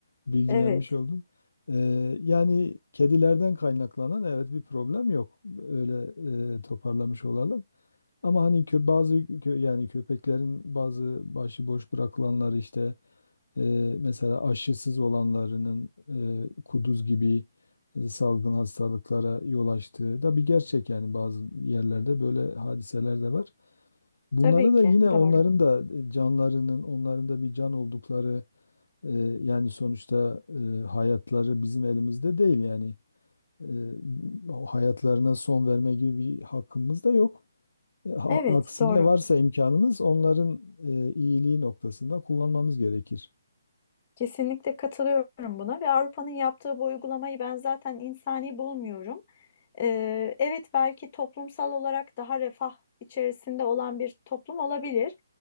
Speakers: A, on the left; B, on the left.
A: Bilgilenmiş
B: Evet,
A: oldum. Ee, yani kedilerden kaynaklanan evet bir problem yok. Öyle e, toparlamış olalım. Ama hani kö bazı kö- yani köpeklerin bazı başıboş bırakılanları işte e, mesela aşısız olanlarının e, kuduz gibi e, salgın hastalıklara yol açtığı da bir gerçek yani bazı yerlerde böyle hadiseler de var. Bunları
B: tabii
A: da
B: ki
A: yine onların
B: doğru.
A: da e, canlarının, onların da bir can oldukları e, yani sonuçta e, hayatları bizim elimizde değil yani. E, o hayatlarına son verme gibi bir hakkımız da yok. E, ha-
B: Evet,
A: aksine
B: doğru.
A: varsa imkanımız onların e, iyiliği noktasında kullanmamız gerekir.
B: Kesinlikle katılıyorum buna ve Avrupa'nın yaptığı bu uygulamayı ben zaten insani bulmuyorum. Ee, evet belki toplumsal olarak daha refah içerisinde olan bir toplum olabilir.